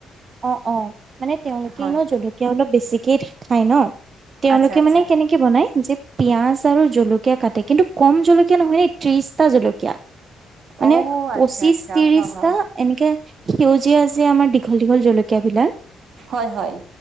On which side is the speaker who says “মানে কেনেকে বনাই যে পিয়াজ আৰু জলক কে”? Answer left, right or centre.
Right